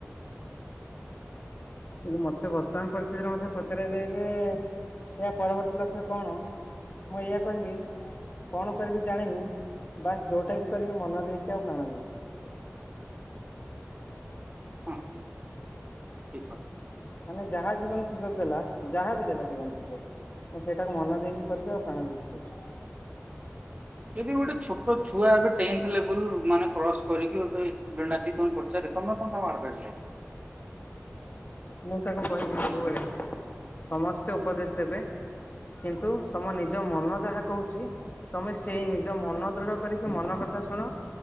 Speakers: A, on the left (about 35°); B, on the right (about 25°).
A: ଏ ମତେ ବର୍ତମାନ ପରିସ୍ଥିିତିରେ ମଧ୍ୟ ପଚରାଯାଏଯେ ଏହା ପରବର୍ତ୍ତୀ ଲକ୍ଷ୍ୟ କଣ ମୁଁ ଏଇଆ କହିବି କଣ କରିବି ଜାଣିନି ବାସ୍ ଯୋଉଟାବି କରିବି ମନ ଦେଇକି ଆଉ ପ୍ରାଣ ଦେଇକି।
B: ହଁ ଠିକ୍ କଥା।
A: ମାନେ ଯାହା ଜୀବନ ସୁଯୋଗ ଦେଲା ଯାହାବି ଦେଲା ଜୀବନ ସୁଯୋଗ ମୁଁ ସେଇଟାକୁ ମନ ଦେଇକି କରିବ ଆଉ ପ୍ରାଣ ଦେଇକି କରିବି।
B: ଏବେ ଗୋଟେ ଛୋଟ ଛୁଆ ଏବେ ଟେନ୍ଥେ ଲେବୁଲୁ ମାନେ କ୍ରସ କରିକି ଗୋଟେ ଷ୍ଟୁଡେଣ୍ଟ୍ ଆସିକି କଁ ପଚାରେ ତମେ କେଣ ଆଡ଼ାଭାସ୍ ଦବ?
A: ମୁଁ ତାକୁ କହିବି ସବୁବେଳେ ସମସ୍ତେ ଉପଦେଶ ଦେବେ କିନ୍ତୁ ତମ ନିଜ ମନ ଯାହା କହୁଚି ତମେ ସେଇ ନିଜ ମନ ଦୃଢ କରିକି ମନ କଥା ଶୁଣ